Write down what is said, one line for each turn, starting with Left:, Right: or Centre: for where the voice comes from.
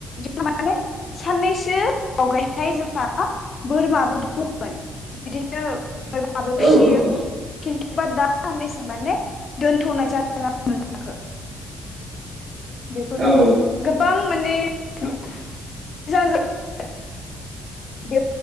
Left: जोंहा माने साननैसो आवगायहाय जोंहा बोरमाबो दङमोन। बिदिनो बोरमाबो
Right: औ
Left: फिसियो
Right: औ
Left: खिन्थु दा साननैसो माने दोनथ'नाय जादों आरो बोरमाखो। बेफोरबायदि
Right: औ
Left: गोबां माने <unintelligible> बे